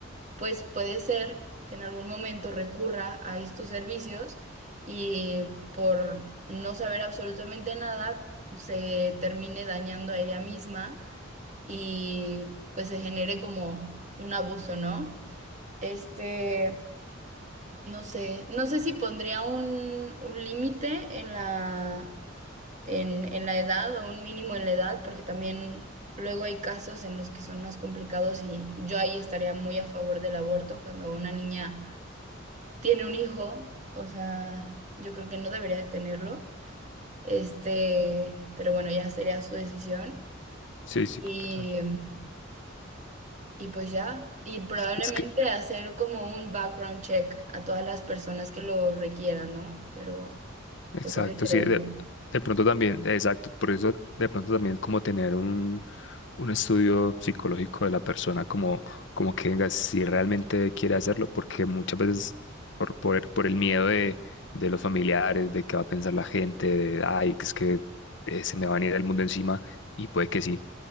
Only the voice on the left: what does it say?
Sí, sí,
total.
Es que,
Exacto,
sí, de,
de pronto también, exacto, por eso de pronto también como tener un, un estudio psicológico de la persona, como, como que venga, si realmente quiere hacerlo, porque muchas veces por, por, el por el miedo de, de los familiares, de qué va a pensar la gente, de, ay, que es que eh, se me va a venir el mundo encima, y puede que sí,